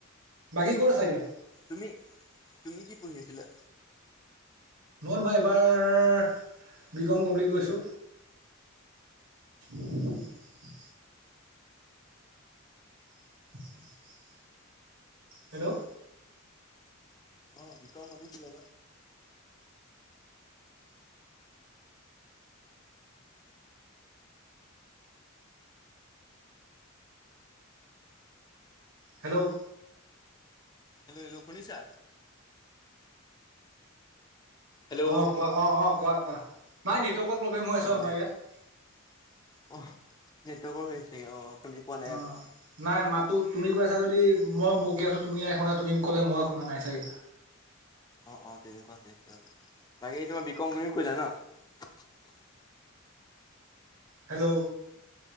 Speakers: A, on the right; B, on the left.
A: বাকী ক'ত আছা এতিয়া?
B: তুমি তুমি কি পঢ়ি আছিলা?
A: নহ মই এইবাৰ বি কম কমপ্লিট কৰিছোঁ <unintelligible> <inaudible> হেল্ল'।
B: অ বিকাম বাভিছিলে ন
A: হেল্ল'
B: হেল্ল' হেল্ল শুনিছা হেল্ল'
A: অ কোৱা অ অ কোৱা কোৱা নাই নে ৰ্টকৰ প্ৰব্লেম হৈ আছে
B: অ'
A: আমাৰ
B: নেট
A: ইয়াত।
B: অ' নেটৱৰ্কৰ হৈ আ হৈছে অ শুনি পোৱা নাই
A: অ নাই মাতো তুমি কৈ আছা যদি মই বকি আছো তুমি নাই শুনা তুমি ক'লে মই শুনা নাই চাগে
B: অ অ তেনেকুৱা হৈছে বাকী তোমাৰ বিকম তুমি কমপ্লেট কৰিলা ন।
A: হেল্ল'